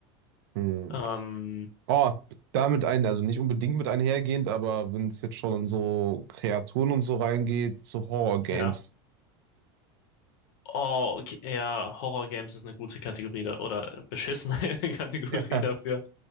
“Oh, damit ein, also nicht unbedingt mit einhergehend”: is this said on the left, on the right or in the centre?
Right